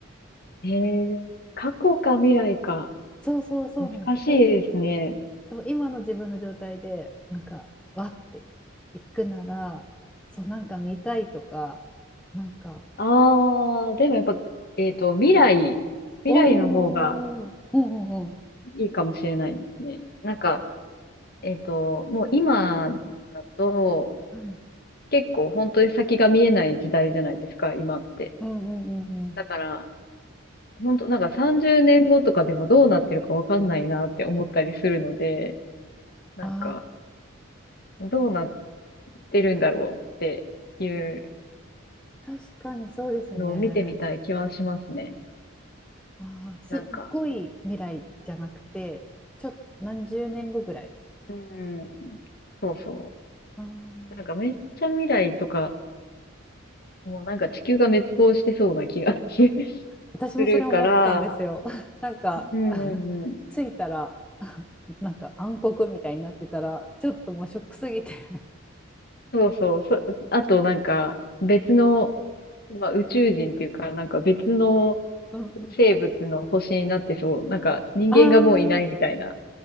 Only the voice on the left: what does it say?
えー、過去か未来か。
難しいですね。
あー、でもやっぱ、えっと、未来、未来の方が
いいかもしれないですね。なんか、えっと、もう今だと、
結構本当に先が見えない時代じゃないですか、今って。
だから、本当なんか30年後とかでもどうなってるかわかんないなって思ったりするので、なんか、
どうなってるんだろうっていう
のを見てみたい気はしますね。
なんか、
うん。そうそ
うなんかめっちゃ未来とか、もうなんか地球が滅亡してそうな気が <laughs> す
るから、
う。んうんうん。
そうそう、そ、あとなんか別の、まあ、宇宙人っていうか、なんか別の
生物の星になってそう、なんか人間がもういないみたいな、